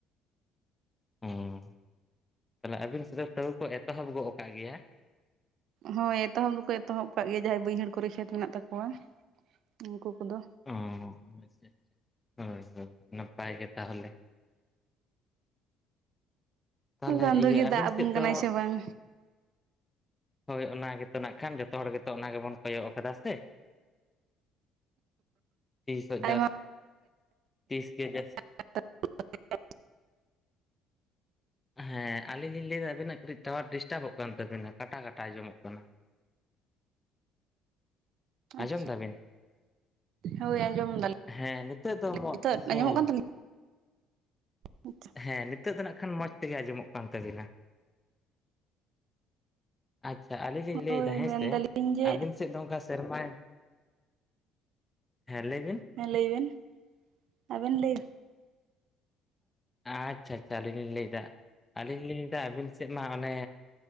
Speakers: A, on the left (about 15°); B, on the right (about 65°).
A: ᱦᱩᱸ ᱛᱟᱦᱚᱞᱮ ᱟᱹᱵᱤᱱ ᱥᱮᱫ ᱫᱚ ᱛᱟᱹᱣ ᱠᱚ ᱮᱛᱚᱦᱚᱵ ᱜᱟᱫ ᱠᱟᱜ ᱜᱮᱭᱟ
B: ᱦᱳᱭ ᱮᱛᱚᱦᱚᱵ ᱫᱚᱠᱚ ᱮᱛᱚᱦᱚᱵ ᱟᱠᱟᱜ ᱜᱮᱭᱟ ᱡᱟᱦᱟᱸᱭ ᱵᱟᱹᱭᱦᱟᱹᱲ ᱠᱚᱨᱮ ᱠᱷᱮᱛ ᱢᱮᱱᱟᱜ ᱛᱟᱠᱚᱣᱟ ᱩᱱᱠᱩ ᱠᱚᱫᱚ
A: ᱚ ᱟᱪᱪᱷᱟ ᱟᱪᱪᱷᱟ ᱦᱳᱭ ᱦᱳᱭ ᱱᱟᱯᱟᱭ ᱜᱮ ᱛᱟᱦᱚᱞᱮ ᱛᱟᱦᱞᱮ
B: ᱪᱟᱸᱫᱳ
A: ᱤᱭᱟᱹ
B: ᱜᱮ
A: ᱟᱵᱤᱱ
B: ᱫᱟᱜ ᱟᱵᱚᱱ
A: ᱥᱮᱫ ᱫᱚ
B: ᱠᱟᱱᱟᱭ ᱥᱮ ᱵᱟᱝ
A: ᱦᱳᱭ ᱚᱱᱟ ᱜᱮᱛᱚ ᱱᱟᱜ ᱠᱷᱟᱱ ᱡᱚᱛᱚ ᱦᱚᱲ ᱜᱮᱛᱚ ᱚᱱᱟ ᱜᱮᱵᱚᱱ ᱠᱚᱭᱚᱜ ᱠᱟᱫᱟ ᱥᱮ ᱥᱤᱥᱚᱜ
B: ᱟᱭᱢᱟ
A: ᱡᱟᱥ ᱛᱤᱥ ᱜᱮ ᱡᱟᱥᱛ
B: <inaudible>
A: ᱦᱮᱸ ᱟᱞᱤᱧ ᱞᱤᱧ ᱞᱟᱹᱭ ᱮᱫᱟ ᱟᱵᱤᱱᱟᱜ ᱠᱟᱹᱴᱤᱡ ᱴᱟᱣᱟᱨ ᱰᱤᱥᱴᱟᱵᱚᱜ ᱠᱟᱱ ᱛᱟᱹᱵᱤᱱᱟ ᱠᱟᱴᱟ ᱠᱟᱴᱟ ᱟᱸᱡᱚᱢᱚᱜ ᱠᱟᱱᱟ ᱟᱸᱡᱚᱢ
B: ᱟᱪᱪᱷᱟ
A: ᱫᱟᱵᱤᱱ?
B: ᱦᱳᱭ ᱟᱸᱡᱚᱢ ᱫᱟᱞᱤᱧ
A: ᱦᱮᱸ ᱱᱤᱛᱳᱜ ᱫᱚ ᱢᱚ
B: ᱱᱤᱛᱚᱜ
A: ᱦᱮᱸ
B: ᱟᱸᱡᱚᱢᱚᱜ ᱠᱟᱱ ᱛᱟᱹᱞᱤᱧᱟ
A: ᱦᱮᱸ ᱱᱤᱛᱚᱜ ᱫᱚ ᱱᱟᱜ ᱠᱷᱟᱱ ᱢᱚᱸᱡᱽ ᱛᱮᱜᱮ ᱟᱸᱡᱚᱢᱚᱜ ᱠᱟᱱ ᱛᱟᱹᱵᱤᱱᱟ ᱟᱪᱪᱷᱟ ᱟᱹᱞᱤᱧ ᱞᱟᱹᱭᱮ
B: ᱦᱳᱭ
A: ᱫᱟ ᱦᱮᱸᱥᱮ
B: ᱢᱮᱱᱫᱟᱞᱤᱧ ᱡᱮ
A: ᱟᱵᱤᱱ ᱥᱮᱫ ᱫᱚ ᱚᱱᱠᱟ ᱥᱮᱨᱢᱟᱭ ᱦᱮᱸ ᱞᱟᱹᱭ ᱵᱤᱱ
B: ᱦᱮᱸ ᱞᱟᱹᱭ ᱵᱮᱱ ᱟᱵᱮᱱ ᱞᱟᱹᱭ
A: ᱟᱪᱪᱷᱟ ᱟᱪᱪᱷᱟ ᱟᱹᱞᱤᱧ ᱞᱤᱧ ᱞᱟᱹᱭᱫᱟ ᱟᱹᱞᱤᱧ ᱞᱤᱧ ᱞᱟᱹᱭᱫᱟ ᱟᱹᱵᱤᱱ ᱥᱮᱫ ᱢᱟ ᱚᱱᱮ